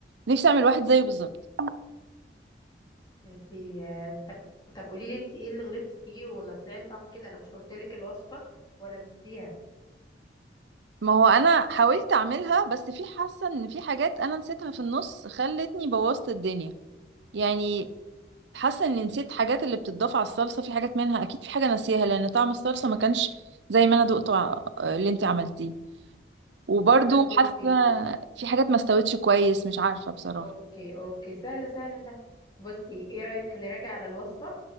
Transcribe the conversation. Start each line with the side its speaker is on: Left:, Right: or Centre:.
Right: نفسي اعمل واحد زيه بالظبط
Left: انتي آه، طب طب قولي لي انتي ايه اللي غلطتي فيه ولا طلع لي طعمه كده انا مش قلت لك الوصفه ولا نسيتيها
Right: ما هو انا حاولت اعملها بس في حاسه ان في حاجات انا نسيتها في النص خلتني بوظت الدنيا يعني حاسه اني نسيت حاجات اللي بتضاف على الصلصه في حاجات منها اكيد في حاجه ناسيها لان طعم الصلصه ما كانش زي ما انا دقته ع- اللي انت عملتيه وبرضو
Left: طب بصي
Right: حاسه في حاجات ما استوتش كويس مش عارفه بصراحه
Left: اوكي اوكي سهله سهله سهله بصي ايه رايك نراجع على الوصفه